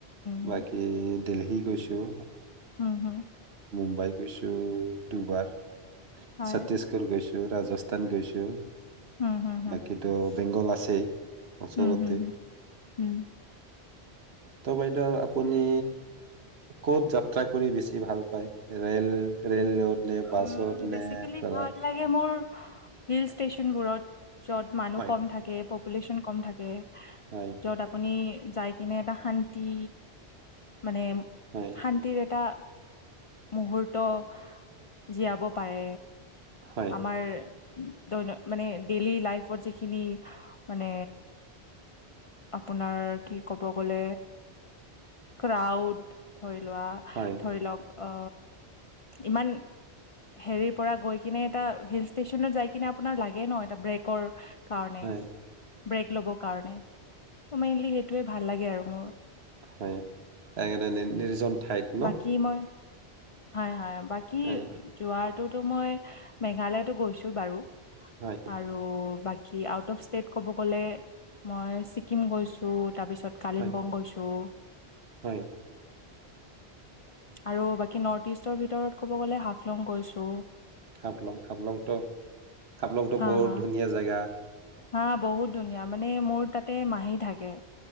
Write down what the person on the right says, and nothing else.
বাকী দেলহী গৈছোঁ
মুম্বাই গৈছো দুবাৰ
ছত্তিশগড় গৈছো ৰাজস্থান গৈছো
বাকীটো বেংগল আছেই ওচৰতে
ত' বাইদেউ আপুনি কত যাত্ৰা কৰি বেচি ভাল পায় ৰেল ৰেলত নে বাছত
নে
পেলাই
হয়।
হয়
হয়
হয়
হয়
হয়
হয় তাকে এটা নিৰ্জন ঠাইত ন
এ,
হয়
হয়
হয়
হাফলং হাফলং ত হাফলংটো
বহহুত
ধুনীয়া জেগা।